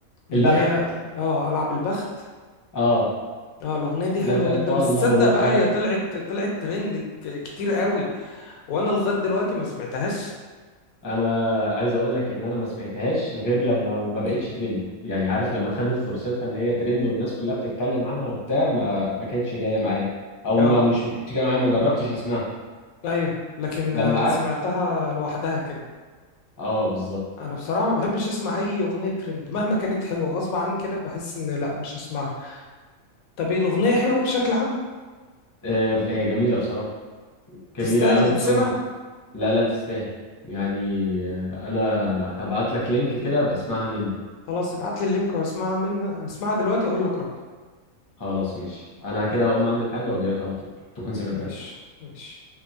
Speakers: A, on the left; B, on the left.
A: اللي
B: البخت
A: هي اه العب البخت
B: اه
A: اه الاغنيه دي
B: لا
A: حلوه
B: بتاعت
A: جدا
B: والله
A: بس تصدق بقى هي طلعت طلعت ترند ك- كتير قوي وانا لغايه دلوقتي ما سمعتهاش
B: انا عايز اقول لك ان انا ما سمعتهاش غير لما ما بقتش ترند يعني عارف لما خدت فرصتها ان هي ترند والناس كلها بتتكلم عنها وبتاع ما ما كانتش جايه معايا او
A: اه
B: ما مش ما كانتش جايه معايا ما جربتش اسمعها
A: ايوه لكن
B: لما
A: آه، سمعتها
B: قعدت
A: لوحدها كده
B: اه بالظبط
A: انا بصراحه ما بحبش اسمع اي اغنيه ترند مهما كانت حلوه غصب عني كده بحس ان لا مش هسمعها طب ايه الاغنيه حلوه بشكل عام
B: آه، هي جميله بصراحه جميله
A: تستاهل
B: قوي
A: تتسمع
B: خصوصا لا لا تستاهل يعني آه، انا هبعت لك لينك كده ابقى اسمعها مني
A: خلاص ابعت لي اللينك واسمعها منها اسمعها دلوقتي واقول لك رأيي
B: خلاص ماشي انا كده هقوم اعمل حاجه واجي لك على طول تكون سمعتها
A: ماشي ماشي